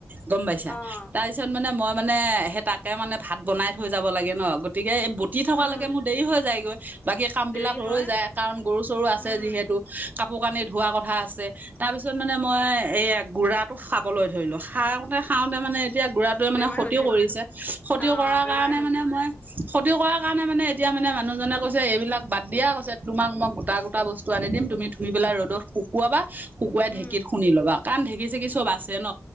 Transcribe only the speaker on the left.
অ'।
উম,
দেৰি
হয়,
উম,
বেমাৰ
হৈছে
নি?
অ',
বেমাৰ
হৈছে,
উম,